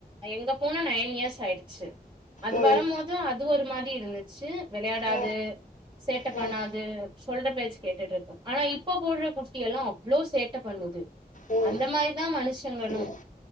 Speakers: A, on the right; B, on the left.
A: எங்க பூன நைன் இயர்ஸ் ஆயிடுச்சு அது
B: ம்
A: வரும் போதும் அது ஒரு மாதிரி இருந்து சி <unintelligible> விளையாடாது
B: ம்
A: சேட்டை
B: ம்
A: பண்ணாது சொல்ற பேச்சி கேடுடு <unintelligible> ஆனா இப்ப போடுற குட்டி எல்லாம் இவ்ளோ சேட்ட பண்ணுது
B: உம்
A: அந்த மாரிதா மனுஷங்களு
B: உம்